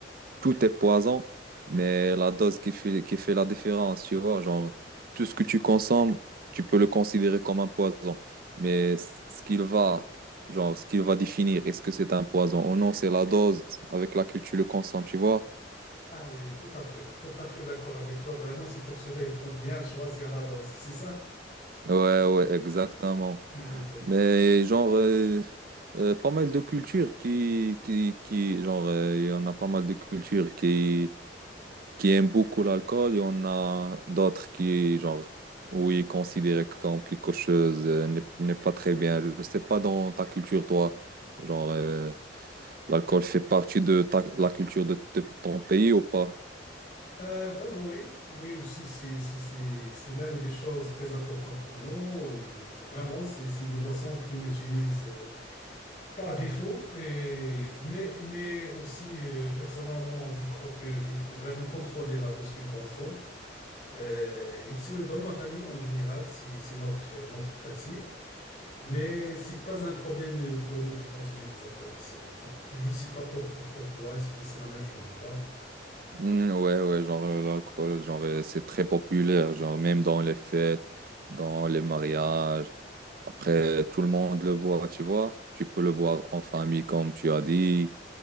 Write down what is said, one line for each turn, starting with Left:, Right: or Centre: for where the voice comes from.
Right: tout est poison, mais la dose qui fait, qui fait la différence, tu vois, genre, tout ce que tu consommes, tu peux le considérer comme un poison. Mais ce qu'il va, genre, ce qu'il va définir, est-ce que c'est un poison ou non, c'est la dose avec laquelle tu le consommes, tu vois?
Left: Ah oui, oui, tout à fait, tout à fait d'accord avec toi. Vraiment, c'est pour cela il faut bien choisir la dose, c'est ça?
Right: Ouais, ouais, exactement.
Left: <laughs> Exactement.
Right: Mais genre, euh, euh, pas mal de cultures qui, qui, qui genre, euh, il y en a pas mal de cultures qui qui aiment beaucoup l'alcool, il y en a d'autres qui, genre, où ils considèrent comme quelque chose euh, n'est n'est pas très bien. Je ne sais pas dans ta culture, toi, genre, euh, l'alcool fait partie de ta- la culture de, te- ton pays ou pas?
Left: Euh, vraiment, oui. Oui, aussi, c'est c'est- c'est- c'est l'une des choses très importantes pour nous. Et vraiment, c'est c'est des boissons qu'on utilise euh, par défaut. Et, mais, mais aussi, euh, personnellement, je crois qu'il faut vraiment contrôler la dose qu'on consomme. Euh, et aussi, euh, dans ma famille, en général, c'est c'est notre, notre principe. Mais c'est pas un problème euh, pour nous de consommer des alcools ici, vraiment. Et je sais pas pour, pour toi, est-ce que c'est la même chose ou pas?
Right: Mm, ouais, ouais, genre, euh, l'alcool, genre, euh, c'est très populaire, genre, même dans les fêtes, dans les mariages. Après, tout le monde le boit, tu vois. Tu peux le boire en famille, comme tu as dit.